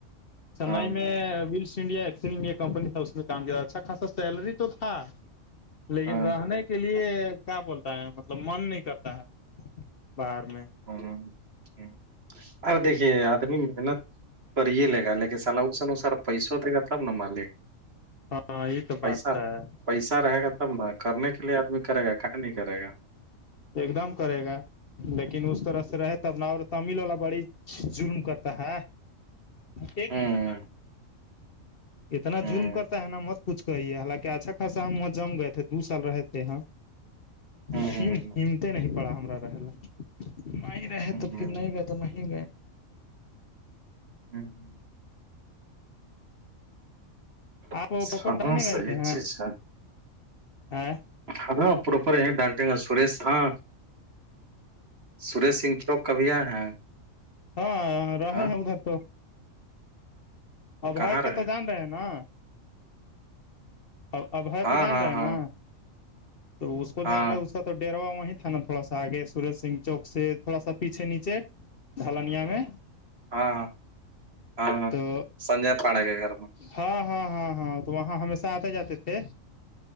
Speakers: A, on the left; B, on the right.
A: چنائی
B: ہاں
A: میں ویلس انڈیا ایک کمپنی تھا اس میں کام کیا تھا اچھا خاصا سیلری تو تھا لیکن
B: ہاں
A: رہنے کا اس کے لیے کیا بولتا ہے مطلب من نہیں کرتا ہے باہر میں
B: ہ ہ ار دیکھیے آدمی محنت کریے لے گا لیکن سلاح اس انسار پیسوں دے گا تب نا مالک
A: ہاں یہ تو بات
B: پیسہ
A: ہے
B: پیسہ رہے گا تب ن کرنے کے لیے آدمی کرے گا کہاں نہیں کرے گا
A: ایک دم کرے گا لیکن اس طرح سے رہ تب اور تمل والا بڑی جرم کرتا ہے ایک
B: ہوں
A: لیٹر نا اتنا
B: ہوں
A: جظرم کرتا ہے نا مت کچھ ہییے حالانکہ اچھا خاصا ہم وہ جم گئے تھے دو سال رہے تھے ہیں
B: ہوں ہوں،
A: شم ہمتے نہیں پڑا ہمار رہ ل نہیں رہے تو
B: ہوں،
A: پھر نہیں گئے تو نہیں گئے
B: ہوں
A: آپ
B: ہاں
A: پراپر ٹرین گئے
B: صحی
A: تھے ہیں
B: چیز ہے
A: ا
B: <unintelligible> <inaudible> سریش سنگھ چوک کبھی آ ہیں
A: ہاں رہے
B: ہاں
A: ہیں ادھر تو اورائے
B: کہاں رہے
A: کے تو جان رہ نا ا ابئے
B: ہاں
A: کو جان
B: ہاں
A: رہے ہیں
B: ہاں
A: نا تو اس کو جانا
B: ہاں
A: اس کا تو ڈروا وہیں تھا نا تھوڑا سا آگے سورج سنگھ چوک سے تھوڑا سا پیچھے نیچے ڈھلنیا میں
B: ہاں ہاں ہاں ہاں
A: تو
B: سجے پان کے گھر میں
A: ہاں ہاں ہاں ہاں تو وہاں ہمیشہ آتے جاتے تھے